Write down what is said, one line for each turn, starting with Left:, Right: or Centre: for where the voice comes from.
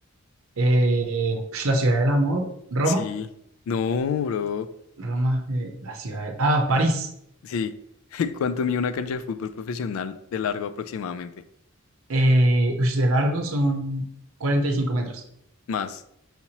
Right: Eh, <sniffs> la ciudad del amor. Roma.
Left: Sí. No, bro.
Right: Roma, eh, la ciudad del... Ah, París.
Left: Sí. <laughs> ¿Cuánto mide una cancha de fútbol profesional de largo aproximadamente?
Right: Eh, ush, de largo son 45 metros.
Left: Más,